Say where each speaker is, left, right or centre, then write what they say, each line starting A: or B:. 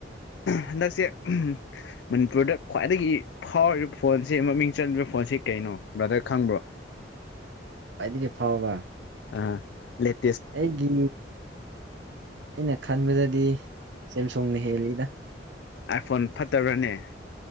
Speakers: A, on the left; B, on the right.
A: ꯍꯟꯗꯛꯁꯦ ꯃꯅꯤꯄꯨꯔꯗ ꯈ꯭ꯋꯥꯏꯗꯒꯤ ꯐꯥꯎꯔꯤꯕ ꯐꯣꯟꯁꯤ ꯃꯃꯤꯡ ꯆꯂꯤꯕ ꯐꯣꯟꯁꯦ ꯀꯩꯅꯣ ꯕ꯭ꯔꯗꯔ ꯈꯪꯕ꯭ꯔꯣ꯫
B: ꯈ꯭ꯋꯥꯏꯗꯒꯤ ꯐꯥꯎꯕ꯫
A: ꯑ ꯂꯦꯠ
B: ꯑꯩꯒꯤ ꯑꯩꯅ ꯈꯟꯕꯗꯗꯤ ꯁꯦꯝꯁꯨꯡꯅ ꯍꯦꯜꯂꯤꯗ꯫
A: ꯑꯥꯏꯐꯣꯟ ꯐꯠꯇꯕꯔ꯭ꯅꯦ꯫